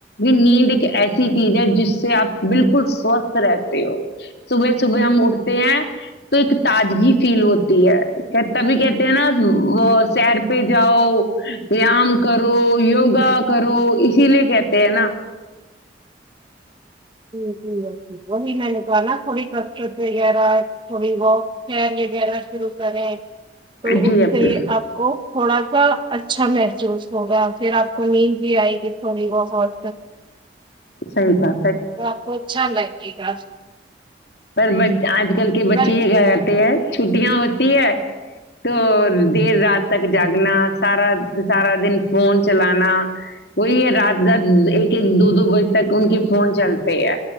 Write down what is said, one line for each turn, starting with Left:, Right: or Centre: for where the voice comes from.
Left: نیند ایک ایسی چیز ہے جس سے آپ بالکل سوستھ رہتے ہو صبح صبح ہم اٹھتے ہیں تو ایک تازگی فیل ہوتی ہے تبھی کہتے ہیں نا وہ سیر پہ جاؤ ویام کرو یوگا کرو اسی لیے کہتے ہیں نا
Right: جٹ ٹیک ہے وہی میں نے تو نا تھوڑی کسرت وغیرہ تھوڑی بت ش یہ بینا شرو کریں تو
Left: جی
Right: اس سے
Left: نے
Right: آپ کو تھوڑا سا اچھا محسوس ہوگا پھر آپ کو امید بھی آئے گی تھوڑی بہت
Left: سیتا
Right: تو آپ کو ا چھان لگے گا
Left: پر ب آج کل کے بچے
Right: رائٹ
Left: یہ کیا کرتے ہیں چھٹیاں ہوتی ہے تو دیر رات تک جاگنا سارا سارا دن فون چلانا وہی ہے رات رات ایک ایک دو دو بجے تک ان کے فون چلتے ہے